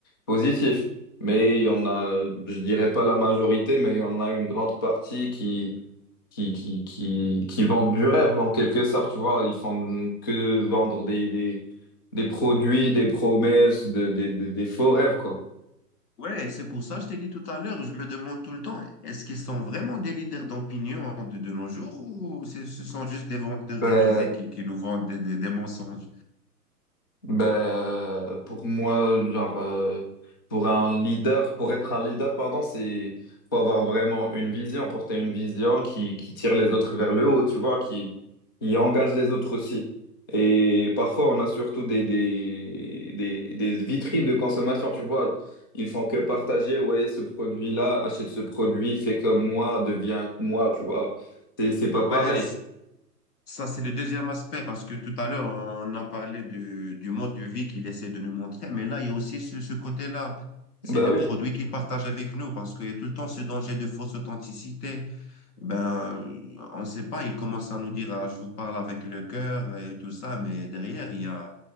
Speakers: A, on the left (about 15°); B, on the left (about 70°).
A: positifs. Mais il y en a, je dirais pas la majorité, mais il y en a une grande partie qui, qui, qui, qui, qui vendent du rêve en quelque sorte, tu vois. Ils font que vendre des, des, des produits, des promesses, de, des, des, des faux rêves, quoi.
B: Ouais, c'est pour ça que je t'ai dit tout à l'heure, je me demande tout le temps, est-ce qu'ils sont vraiment des leaders d'opinion de, de nos jours ou c'est- ce sont juste des vendeurs
A: Ben,
B: déguisés qui, qui nous vendent des, des- des mensonges?
A: Ben, pour moi, genre, euh, pour un leader, pour être un leader, pardon, c'est, faut avoir vraiment une vision, porter une vision qui, qui tire les autres vers le haut, tu vois, qui, qui engage les autres aussi. Et parfois, on a surtout des, des, des, des vitrines de consommation, tu vois. Ils font que partager, ouais, ce produit-là, achète ce produit, fais comme moi, deviens moi, tu vois. C'est, c'est pas pareil.
B: Ouais, Ça, c'est le deuxième aspect, parce que tout à l'heure, on a parlé du, du mode de vie qu'il essaie de nous montrer, mais là, il y a aussi ce, ce côté-là. C'est
A: Ben
B: les
A: oui.
B: produits qu'il partage avec nous, parce qu'il y a tout le temps ce danger de fausse authenticité. Ben, on ne sait pas, il commence à nous dire, ah, je vous parle avec le cœur et tout ça, mais derrière, il y a,